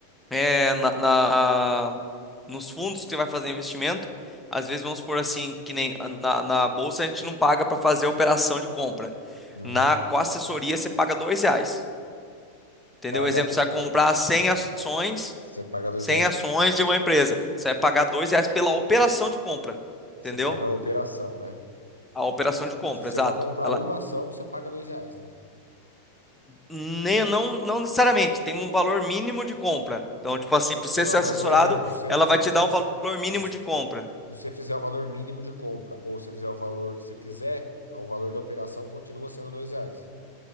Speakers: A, in the centre; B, on the left.
A: é na, na- nos fundos que você vai fazer investimento, às vezes vamos supor assim, que nem na, na bolsa a gente não paga para fazer a operação de compra.
B: Uhum.
A: Na, com a assessoria, você paga dois reais. Entendeu?
B: Cada,
A: Um Exemplo, você vai comprar cem ações,
B: você paga dois
A: cem
B: reais.
A: ações de uma empresa. Você vai pagar dois reais pela operação de compra.
B: Você
A: Entendeu?
B: paga a operação, né?
A: A operação de compra,
B: Se você
A: exato.
B: for comprar
A: Ela
B: uma ação, você paga dois reais, né?
A: nem, não, não necessariamente tem um valor mínimo de compra. Então, tipo assim, para você
B: Não, não,
A: ser assessorado,
B: mas um exemplo, se você
A: ela
B: usar,
A: vai te dar
B: se,
A: um valor mínimo
B: Se
A: de compra.
B: você fizer o valor mínimo de compra, ou se fizer o valor que você quiser, ah, o valor da operação continua sendo dois reais.